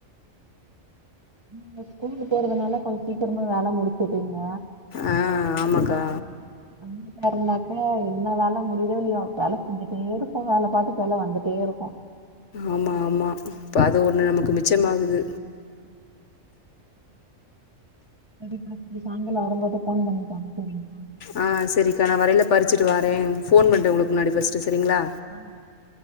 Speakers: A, on the right (about 20°); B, on the left (about 65°).
A: நீங்க ஸ்கூலக்கு போறதுனால கொஞ்ச சிக்கரம வேல முடிச்சுட்டீங்க
B: ஆ ஆமாக்கா
A: அங்க இருந்தாக்க என்ன வேல முடியுதோ இல்லையோ வேல செஞ்சுட்டே இருக்கோ வேல பாட்டு வேல வந்துட்டே இருக்கு
B: ஆமா ஆமா இப்ப அது ஒண்ணு நமக்கு மிச்சமாகுது
A: சரிப்பா சரி சாயங்கால வரும்போது ஃபோன் பண்ணிட்டு வாங்க சரிங்களா
B: ஆஹ் சரிக்கா நா வரையில பறிச்சுட்டு வறே ஃபோன் பண்ணுறே உங்களுக்கு முன்னாடி ஃபர்ஸ்ட்டு சரிங்களா
A: ஆ